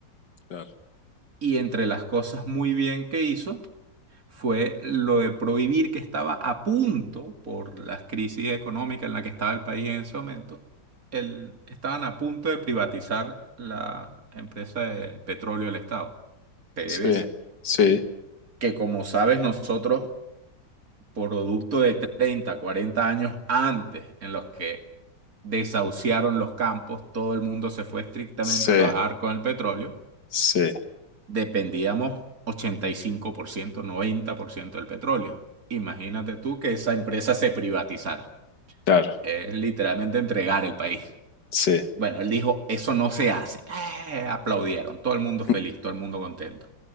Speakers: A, on the left; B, on the right.
A: Claro.
B: y entre las cosas muy bien que hizo, fue lo de prohibir que estaba a punto, por las crisis económicas en la que estaba el país en ese momento, el- estaban a punto de privatizar la empresa de petróleo del Estado, PDVSA,
A: Sí, sí,
B: que como sabes nosotros, producto de 30 40 años antes en los que desahuciaron los campos, todo el mundo se fue estrictamente
A: sí,
B: a trabajar con el petróleo,
A: sí,
B: dependíamos 85%, 90% del petróleo. Imagínate tú que esa empresa se privatizara.
A: claro,
B: Es literalmente entregar el país.
A: sí,
B: Bueno, él dijo, eso no se hace. Eh, aplaudieron, todo el mundo feliz,
A: <laughs>
B: todo el mundo contento.